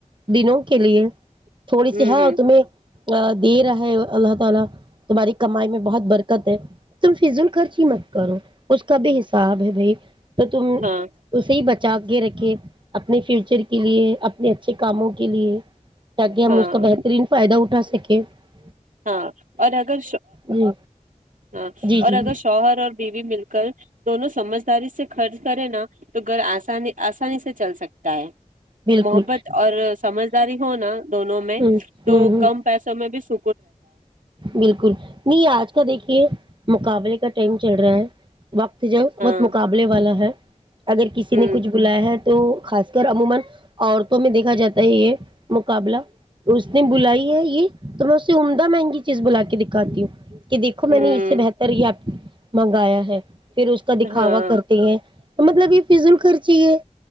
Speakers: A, on the right; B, on the right.
A: دنوں کے لیے تھوڑی
B: ہوں
A: سی ہاںؤ
B: ہوں
A: تمہیں <unintelligible> تو تم
B: ہاں
A: اسے بچ جاگے رکھے اپنے فیوچر کے لیے اپنے اچھے کاموں کے لیے تاکہ ہم
B: ہاں
A: اس کا بہترین فائدہ اٹھا سک <unintelligible>
B: ہاں اور اگر
A: جی
B: ہاں
A: جی
B: اور
A: جی
B: اگر شوہر اور بیوی مل کر دونوں سمجھداری سے خرچ کرے نا تو گھر آسانی آسانی سے چل سکتا ہے
A: بالکل
B: محبت اور سمجھداری ہوناا دونوں میں
A: ہ
B: تو
A: ہ ہ
B: کم پیسوں میں بھی س
A: بالکل نہیں آج کا دیکھیے مقابلے کا ٹائم چل رہا ہے وقت جوب
B: ہاں
A: بہت مقابلے والا ہے اگر کسی
B: ہوں
A: نے کچھ بلایا ہے تو خاص کر عموما عتوں میں دیکھا جاتا ہے یہ مقابلہ اس نے بلائی ہے یہ تو میں اسے عمدہ مہنگی چیز بلا کے دکھاتی ہوں کہ دیکھو میں
B: ہوں
A: نے اس سے بہتر یا منگایا ہے پھر اس کا دکھاوا
B: ہاں
A: کرتے ہیں تو مطلب یہ فض ال خرچی ہے